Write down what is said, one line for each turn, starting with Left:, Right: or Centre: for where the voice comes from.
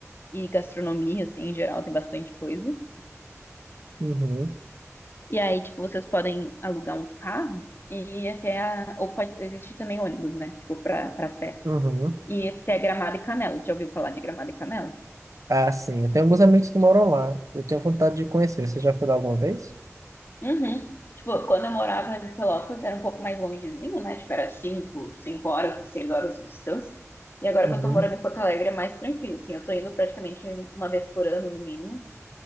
Left: E gastronomia, assim, em geral, tem bastante coisa.
Right: Uhum.
Left: E aí, tipo, vocês podem alugar um carro e ir até a. Ou pode existir também ônibus, né? Tipo, pra, pra Serra.
Right: Uhum.
Left: E ir até Gramado e Canela. Já ouviu falar de Gramado e Canela?
Right: Ah, sim. Eu tenho alguns amigos que moram lá. Eu tenho vontade de conhecer. Você já foi lá alguma vez?
Left: Uhum. Tipo, quando eu morava em Pelotas, era um pouco mais longezinho, né? Tipo, era 5 5 horas, 6 horas de distância. E agora
Right: Uhum.
Left: que eu tô morando em Porto Alegre, é mais tranquilo, assim. Eu tô indo praticamente uma vez por ano, no mínimo.